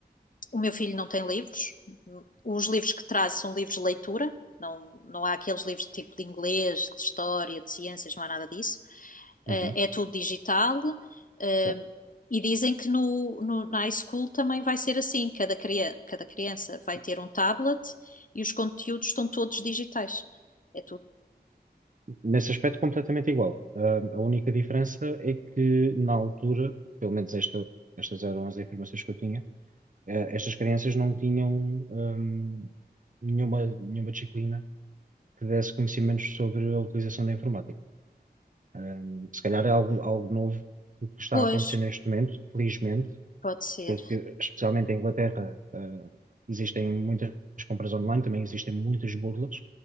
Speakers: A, on the left (about 50°); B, on the right (about 50°).
A: o meu filho não tem livros. Os livros que traz são livros de leitura. Não, não há aqueles livros de tipo de inglês, de história, de ciências, não há nada disso. Eh,
B: Uhum,
A: É tudo digital. eh,
B: certo.
A: E dizem que no, no- na high school também vai ser assim: cada, cria- cada criança vai ter um tablet e os conteúdos estão todos digitais. É tudo.
B: Nesse aspecto, completamente igual. Ah, a única diferença é que na altura, pelo menos esta, estas eram as informações que eu tinha eh, estas crianças não tinham hum, nenhuma, nenhuma disciplina que desse conhecimentos sobre a utilização da informática. Hum, se calhar é algo, algo novo que está
A: Pois,
B: a acontecer neste momento, felizmente,
A: pode ser.
B: porque especialmente em Inglaterra, eh, existem muitas compras online, também existem muitas burlas.